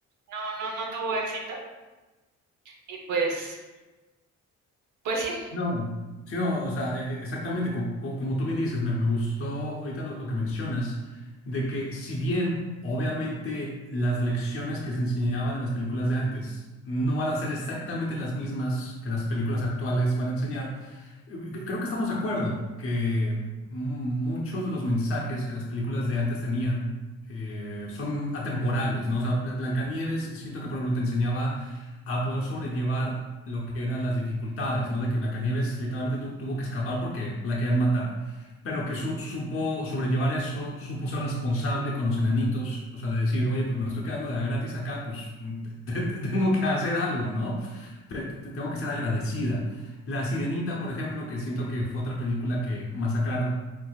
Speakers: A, on the right (about 85°); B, on the left (about 45°).
A: no, no, no tuvo éxito y pues, pues sí,
B: Sí, No, sí, no, o sea, e- e- exactamente, co- co- como tú bien dices, me, me gustó ahorita lo, lo que mencionas, de que si bien obviamente las lecciones que se enseñaban en las películas de antes no van a ser exactamente las mismas que las películas actuales van a enseñar, Creo que estamos de acuerdo que muchos de los mensajes que las películas de antes tenían eh, son atemporales, ¿no? O sea, Bla- Blancanieves, siento que por ejemplo te enseñaba a poder sobrellevar lo que eran las dificultades, ¿no? De que Blancanieves literalmente tu- tuvo que escapar porque la querían matar, pero que su- supo sobrellevar eso, supo ser responsable con los enanitos, o sea, de decir, oye, pues me estoy quedando de a gratis acá, pues <laughs> te- te- te- tengo que hacer algo, ¿no? Te- te- te- tengo que ser agradecida. La Sirenita, por ejemplo, que siento que fue otra película que masacraron.